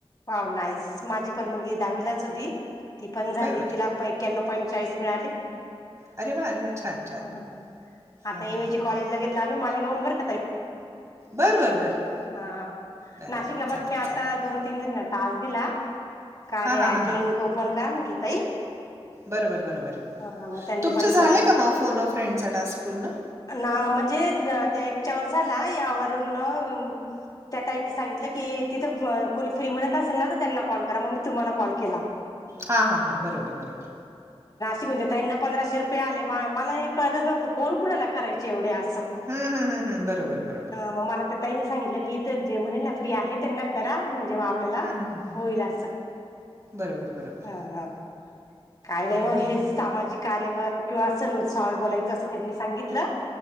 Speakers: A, on the left (about 40°); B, on the right (about 30°).
A: Wow nice, ! माझी पण मुलगी दहावीलाच होती, ती पण झाली
B: बरं बरं
A: तिला पण एक्याअणो पाईन्ट चाळीस मिळाले.
B: अरे वा अरे वा छान छान
A: ह आता
B: हां
A: हे
B: हां
A: मी
B: हां
A: जी कॉलेजला घेतला आम्ही मालेगावहून, बरं का ताई.
B: बरं बरं बरं
A: हा.
B: बरं
A: नाशिकला
B: बरं
A: पण
B: चांगलं
A: मी
B: आहे,
A: आता
B: चांगलं आहे.
A: दोन तीन टास्क दिला. कार्या
B: हां हां
A: ऍप
B: हां हां
A: लिंक ओपन करा म्हटलं ताई.
B: बरोबर बरोबर.
A: ह हा मग त्यांनी
B: तुमचे
A: पण
B: झाले
A: प
B: का मग फोन अ फ्रेंडचा टास्क पूर्ण
A: ना -म्हणजे ते वर झाला यावरून त्या ताईनी सांगितलं की, तिथं कोणी फ्री मिळत असेल, ना तर त्यांना कॉल करा. मग मी तुम्हाला कॉल केला.
B: हा हा हा बरोबर बरोबर.
A: तिकूंच्या ताईना पंधराशे रुपयाे आले, मला हे कळतचं नव्हंत फोन कुणाला करायचे येवढे? आ
B: हम् हम्म हम् हम् बरोबर बरोबर.
A: मग मला त्या ताईंनी सांगितलं की इथं जे म्हणेल ना, फ्री आहे, त्यांना करा. म्हणजे म आपल्याला
B: हं, हं, हं.
A: होईल असं.
B: बरोबर बरोबर
A: हा हा. काय नाहीओ,
B: हं, हं,
A: मग
B: हं.
A: हेच सामाजिक कार्यावर किंवा अ सण उत्सवावर बोलायचं असं त्यांनी सांगितलं.